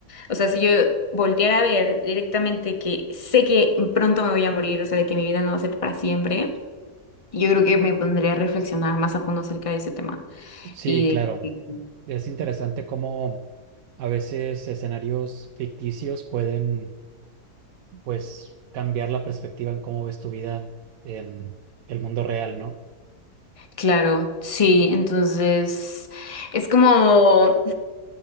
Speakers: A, on the left; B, on the right.
A: O sea, si yo volteara a ver directamente que sé que pronto me voy a morir, o sea, de que mi vida no va a ser para siempre, yo creo que me pondría a reflexionar más a fondo acerca de ese tema.
B: Sí,
A: Y
B: claro.
A: de que,
B: Es interesante cómo a veces escenarios ficticios pueden, pues, cambiar la perspectiva en cómo ves tu vida en el mundo real, ¿no?
A: claro, sí, entonces es como